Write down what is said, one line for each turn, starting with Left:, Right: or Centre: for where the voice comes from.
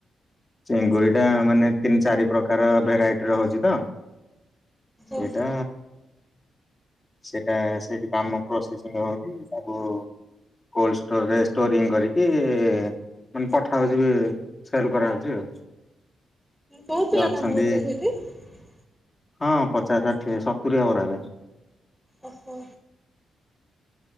Left: ଚିଙ୍ଗୁଡ଼ିଟା ମାନେ ତିନି ଚାରି ପ୍ରକାର ଭେରାଇଟିର ହଉଛି ତ ସେଇଟା
Centre: ଓହୋ
Left: ସେଟା ସେଇଠି କାମ ପ୍ରୋସେସିଂ ହଉଛି ତାକୁ କୋଲଡଷ୍ଟୋରରେ ଷ୍ଟୋରିଂ କରିକି ମାନେ ପଠାହଉଛି ବି ସେଲ କରାହେଉଛି ଆଉ।
Centre: କହୁଥିଲା
Left: ଅଛନ୍ତି
Centre: କାମ କରୁଛନ୍ତି ସେଇଠି
Left: ହଁ ପଚାଶ ଷାଠିଏ ସତୁରି ହେବର ଏବେ
Centre: ଓହୋ